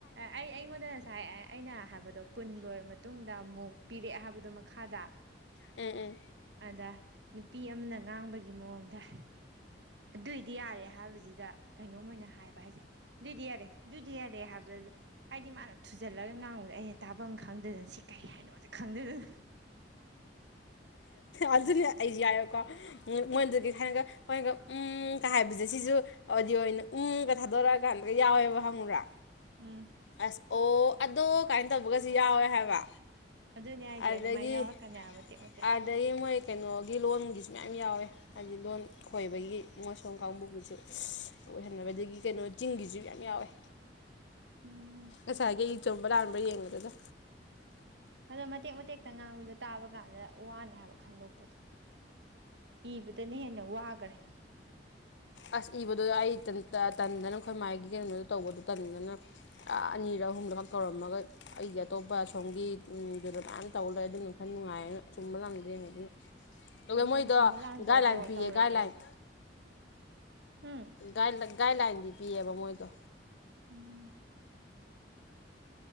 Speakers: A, on the right (about 75°); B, on the left (about 80°).
A: ꯑꯩ ꯑꯩꯉꯣꯟꯗ ꯉꯁꯥꯏ ꯑꯩꯅ ꯍꯥꯏꯕꯗꯣ ꯀꯨꯟ ꯂꯣꯏꯔꯕ ꯃꯇꯨꯡꯗ ꯑꯃꯨꯛ ꯄꯤꯔꯛꯑꯦ ꯍꯥꯏꯕꯗꯨ ꯃꯈꯥꯗ
B: ꯎꯝ ꯎꯝ
A: ꯑꯗ ꯅꯨꯄꯤ ꯑꯃꯅ ꯉꯥꯡꯕꯒꯤ ꯃꯑꯣꯡꯗ ꯑꯗꯨꯏꯗꯤ ꯌꯥꯔꯦ ꯍꯥꯏꯕꯁꯤꯗ ꯀꯩꯅꯣꯝ ꯑꯣꯏꯅ ꯍꯥꯏꯕ ꯍꯥꯏꯁꯦ ꯑꯗꯨꯏꯗꯤ ꯌꯥꯔꯦ ꯑꯗꯨꯗꯤ ꯌꯥꯔꯦ ꯍꯥꯏꯕ꯭ꯔꯥ ꯍꯥꯏꯗꯤ ꯃꯥꯅ ꯊꯨꯖꯜꯂꯒ ꯉꯥꯡꯕꯗꯣ ꯑꯩꯅ ꯇꯥꯐꯝ ꯈ ꯈꯪꯗꯗꯅ ꯁꯤ ꯀꯩ ꯍꯥꯏꯅꯣꯖꯤꯛ ꯈꯪꯗꯗꯅ
B: ꯑꯗꯨꯅꯦ ꯑꯩꯁꯨ ꯌꯥꯏꯔꯦꯀꯣ ꯃꯣꯏꯗꯨꯗꯤ ꯊꯥꯏꯅꯒ ꯑꯩꯣꯏꯅꯒ ꯎꯪꯀ ꯍꯥꯏꯕꯁꯦ ꯁꯤꯁꯨ ꯑꯣꯗꯤꯑꯣ ꯑꯣꯏꯅ ꯎꯪꯀ ꯊꯥꯗꯣꯔꯛꯑꯀꯥꯟꯗꯒ ꯌꯥꯎꯋꯦꯕ ꯍꯪꯉꯨꯔꯥ
A: ꯎꯝ
B: ꯑꯁ ꯑꯣ ꯑꯗꯣ ꯀꯥꯏꯅ ꯇꯧꯕꯒꯁꯨ ꯌꯥꯎꯋꯦ ꯍꯥꯏꯕ
A: ꯑꯗꯨꯅꯦ ꯍꯥꯏꯁꯦ
B: ꯑꯗꯒꯤ
A: ꯑꯗꯨꯃꯥꯏꯅ ꯌꯥꯎꯔꯛꯀꯅꯤ ꯃꯇꯦꯛ ꯃꯇꯦꯛ
B: ꯑꯗꯒꯤ ꯃꯣꯏ ꯀꯩꯅꯣꯒꯤ ꯂꯣꯟꯒꯤꯁꯨ ꯃꯌꯥꯝ ꯌꯥꯎꯋꯦ ꯍꯥꯏꯕꯗꯤ ꯂꯣꯟ ꯈꯣꯏꯕꯒꯤ ꯃꯁꯣꯟ ꯀꯥꯡꯕꯨꯒꯤꯁꯨ ꯑꯣꯏꯍꯟꯅꯕ ꯑꯗꯒꯤ ꯀꯩꯅꯣ ꯆꯤꯡꯒꯤꯁꯨ ꯌꯥꯝ ꯌꯥꯎꯋꯦ
A: ꯎꯝ
B: ꯑꯁ ꯍꯥꯏꯒ ꯏ ꯆꯨꯝꯕ ꯂꯥ ꯌꯦꯡꯉꯨꯔꯦꯗ
A: ꯑꯗꯣ ꯃꯇꯦꯛ ꯃꯇꯦꯛꯇ ꯉꯥꯡꯕꯗ ꯇꯥꯕ ꯀꯥꯟꯗ ꯋꯥꯅꯦ ꯍꯥꯏꯕ ꯈꯟꯗꯣꯛꯄꯗꯣ ꯏꯕꯗꯅ ꯍꯦꯟꯅ ꯋꯥꯈꯔꯦ
B: ꯑꯁ ꯏꯕꯗꯨ ꯑꯩ ꯇꯟꯗꯅ ꯑꯩꯈꯣꯏ ꯃꯥꯏꯒꯤ ꯀꯩꯅꯣꯗ ꯇꯧꯕꯗꯨꯣ ꯇꯟꯗꯅ ꯑꯅꯤꯔꯛ ꯑꯍꯨꯝꯗꯃꯛ ꯇꯧꯔꯝꯃꯒ ꯑꯩꯁꯦ ꯑꯇꯣꯞꯄ ꯁꯣꯝꯒꯤꯗꯨꯗ ꯃꯥꯏꯅ ꯇꯧꯕ ꯂꯩ ꯑꯗꯨꯅ ꯈꯔ ꯅꯨꯡꯉꯥꯏꯌꯦꯅ ꯆꯨꯝꯕ ꯂꯝꯪꯗ ꯌꯦꯡꯕꯗꯨꯅ ꯑꯗꯨꯒ
A: ꯑꯗꯨꯅ
B: ꯃꯣꯏꯗꯣ
A: ꯆꯨꯝꯕ ꯂꯥꯟꯕ꯭ꯔꯥꯗꯣ
B: ꯒꯥꯏꯗꯂꯥꯏꯟ ꯄꯤꯌꯦ
A: ꯇꯧꯔꯒꯦ
B: ꯒꯥꯏꯗꯂꯥꯏꯟ
A: ꯑꯩꯁꯦ ꯎꯝ
B: ꯗꯥꯏ ꯂ ꯒꯥꯏꯗꯂꯥꯏꯟꯗꯤ ꯄꯤꯌꯦꯕ ꯃꯣꯏꯗꯣ
A: ꯎꯝ